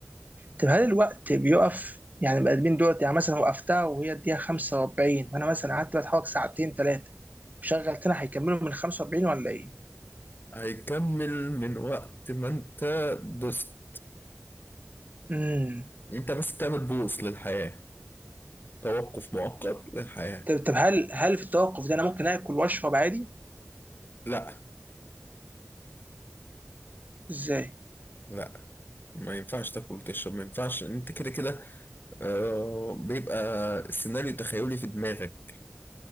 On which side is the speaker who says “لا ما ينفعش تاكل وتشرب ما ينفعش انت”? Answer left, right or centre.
Left